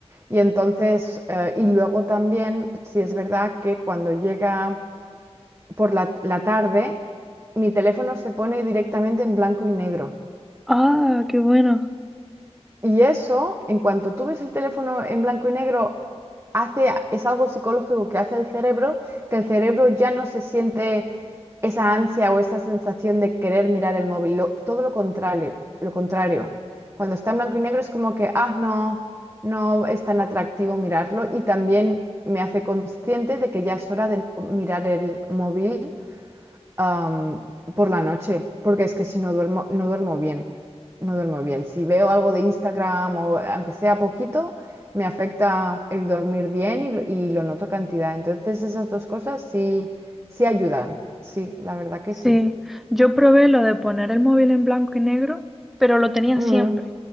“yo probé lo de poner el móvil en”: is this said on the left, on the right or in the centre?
Centre